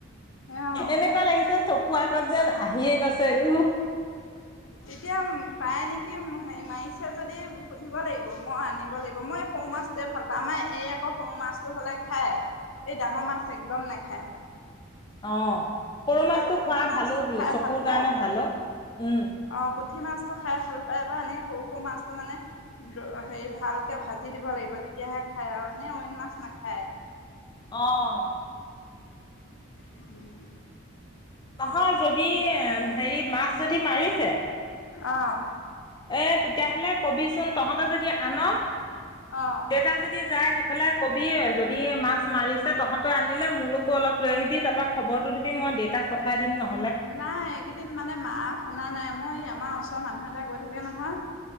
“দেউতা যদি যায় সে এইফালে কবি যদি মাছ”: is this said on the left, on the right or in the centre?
Left